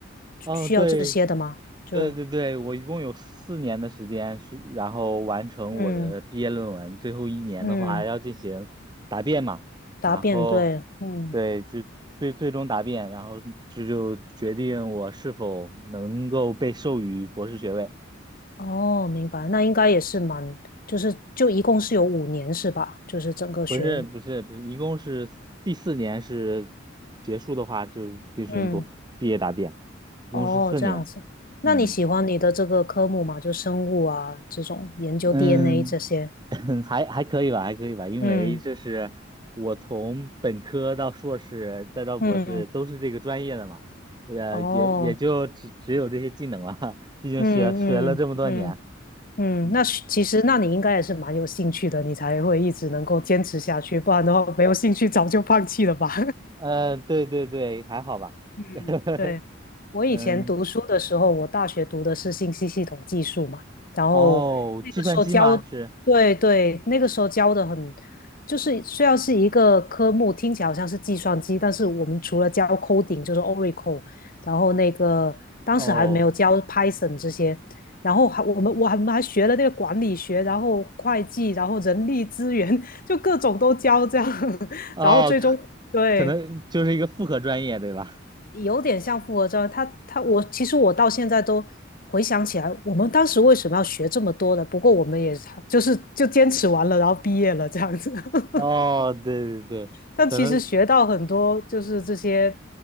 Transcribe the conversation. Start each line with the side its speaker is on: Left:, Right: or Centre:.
Right: 哦，
Left: 需要这些的吗？
Right: 对，
Left: 就
Right: 对对对，我一共有四年的时间去，然后完成我的毕业论文。
Left: 嗯
Right: 最后一年的话要进行答辩嘛，
Left: 嗯，答辩对，
Right: 然后
Left: 嗯
Right: 对，就最最终答辩，然后这就决定我是否能够被授予博士学位。
Left: 哦，明白，那应该也是蛮，就是就一共是有五年是吧？就是整个学，
Right: 不是不是不是，一共是第四年是结束的话，就是进行博毕业答辩，
Left: 嗯
Right: 一共是四年。
Left: 哦这样子，
Right: 嗯。
Left: 那你喜欢你的这个科目吗？就生物啊这种研究
Right: 嗯，
Left: DNA 这些，
Right: <laughs> 还还可以吧，还可以吧，因为就是我从本科到硕士再到博士都是这个专业的嘛，
Left: 嗯。嗯
Right: 也也也就只只有这些技能了，
Left: 哦，
Right: <laughs> 毕竟学学了这么多年。
Left: 嗯嗯嗯嗯，
Right: 嗯，
Left: 那是其实那你应该也是蛮有兴趣的，你才会一直能够坚持下去，不然的话没有兴趣早就放弃了吧？
Right: 呃，对对对，还好吧。
Left: 嗯，
Right: <laughs>
Left: 对，我以前读书的时候，
Right: 嗯，
Left: 我大学读的是信息系统技术嘛，然后那个时候教，
Right: 哦，计算机吗？是，
Left: 对对，那个时候教的很，就是虽然是一个科目，听起来好像是计算机，但是我们除了教 coding 就是 Oracle，然后那个当时还没有教
Right: 哦，
Left: Python 这些，然后还我们我还我们还学了那个管理学，然后会计，然后人力资源，<laughs> 就各种都教这样，<laughs>
Right: 哦，
Left: 然后最终对。
Right: 可可能就是一个复合专业，对吧？
Left: 有点像复合教育他他我其实我到现在都回想起来，我们当时为什么要学这么多的？不过我们也就是就坚持完了，然后毕业了这样子。<laughs>
Right: 哦，对对对，
Left: 但其实学到很多，
Right: 可能
Left: 就是这些